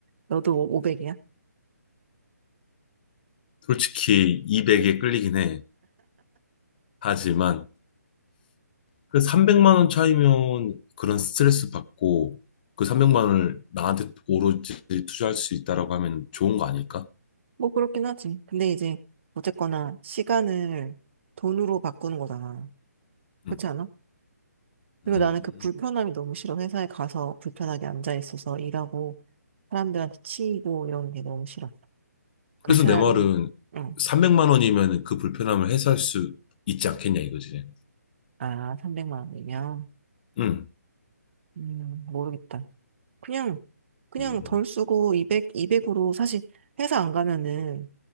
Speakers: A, on the right; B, on the left.
A: 너도 500이야?
B: 솔직히 200에 끌리긴 해. 하지만 그 300만 원 차이면 그런 스트레스 받고 그 300만 원을 나한테 오로지 투자할 수 있다라고 하면 좋은 거 아닐까?
A: 뭐 그렇긴 하지. 근데 이제 어쨌거나 시간을 돈으로 바꾸는 거잖아. 그렇지
B: 음.
A: 않아? 그리고
B: 음.
A: 나는 그 불편함이 너무 싫어. 회사에 가서 불편하게 앉아 있어서 일하고 사람들한테 치이고 이런 게 너무 싫어. 그냥
B: 그래서
A: 차라리
B: 내 말은
A: 응.
B: 300만 원이면 그 불편함을 해소할 수 있지 않겠냐 이거지.
A: 아, 300만 원이면
B: 응,
A: 음, 모르겠다. 그냥 그냥
B: 응.
A: 덜 쓰고 200 200으로 사실 회사 안 가면은